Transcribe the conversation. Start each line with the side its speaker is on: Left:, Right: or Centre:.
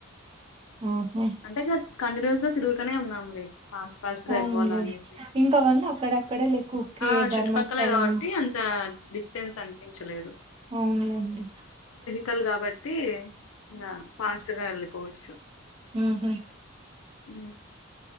Right: ఆహా
Left: అంతే కాదు కంటిన్యూజగా తిరుగుతూనే ఉన్నాములే పాస్ట్ పాస్ట్ గా
Right: అవునులే
Left: అయిపోవాల అనేసి
Right: ఇంకా అవన్నీ అక్కడక్కడే లైక్ ఉకే
Left: ఆ చుట్టుపక్కలే
Right: ధర్మస్థలం
Left: కాబట్టి అంత ఆ డిస్టెన్స్ అనిపించలేదు.
Right: ఔన్లేండి
Left: కల్ గాబట్టీ ఇంగ ఫాస్ట్ గా యెళ్ళిపోవచ్చు
Right: ఊహు
Left: ఉ